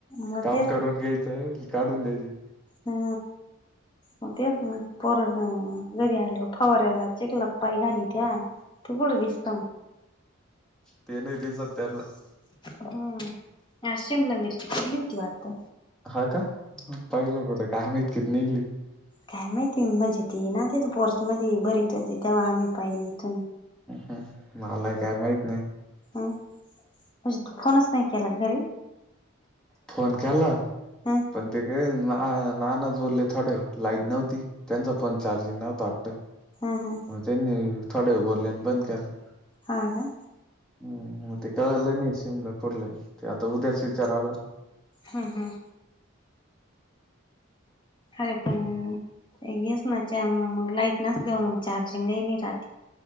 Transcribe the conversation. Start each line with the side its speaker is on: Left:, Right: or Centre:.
Left: मग
Centre: काम
Left: तेच
Centre: करून घ्यायचं अन् काढून द्यायचे
Left: हा मग तेच ना पोर घरी आल फवार्यायला चिकलात पाय घाली त्या ते पुढं दिसत
Centre: ते नई दिसत त्याला
Left: हम्म आज शिमला मिरची फुढली होती वाटते
Centre: हा का पहिलं कुठं काय माईत कीती निघली
Left: काय माहिती म्हणजे ते ना तेथ पोर्समध्येध्ये भरीत होती तेव्हा आम्ही पाहिली इथून.
Centre: ह मलाय काय माहित नाही
Left: हम म्हजे तू फोनच नाही केला घरी
Centre: फोन केला
Left: ह
Centre: पण ते काय नाना ना ज बोलले थोडे लाईट नव्हती त्यांचा फोन चार्जिंग नव्हता वाट्ट
Left: ह ह
Centre: मग त्यांनी थोड वेळ बोलले न बंद केला
Left: हा का
Centre: हम् मग ते कळलं नाही शिमलं खोडलं नाही ते आता उद्याच विचाराला
Left: हां हां अरे पण येस ना लाईट नसल्यावर मग चार्जिंग नाही राहत